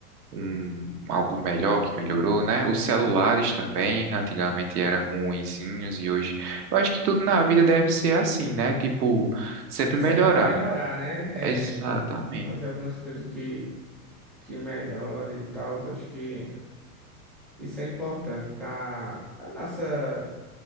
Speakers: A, on the right (about 85°); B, in the centre.
A: um, algo melhor que melhorou, né? Os celulares também, antigamente eram ruinzinhos e hoje eu acho que tudo na vida deve ser assim, né? Tipo, sempre melhorar.
B: Serve pra melhorar, né?
A: Exatamente.
B: É, fazer algumas coisas que. que melhore e tal. Acho que isso é importante para a nossa